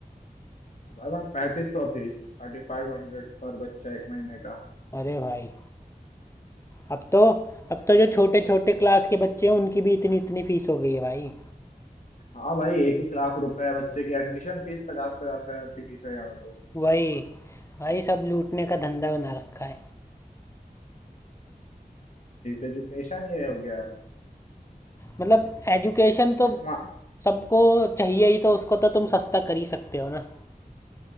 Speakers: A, on the left; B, on the left.
A: भाई वहाँ पैंतीस सौ थी थर्टी फाइव हंड्रेड पर बच्चा एक महीने का
B: अरे भाई अब तो अब तो जो छोटे छोटे क्लास के बच्चे हैं उनकी भी इतनी इतनी फीस हो गई है भाई
A: हाँ भाई एक एक लाख रुपए है बच्चे की एडमिशन फीस पचास पचास हजार फीस है यहाँ तो
B: वही भाई सब लूटने का धंधा बना रखा है
A: एजुकेशन ये हो गया
B: मतलब एजुकेशन तो
A: है तुम
B: सबको चाहिए ही तो उसको तो तुम सस्ता कर ही सकते हो ना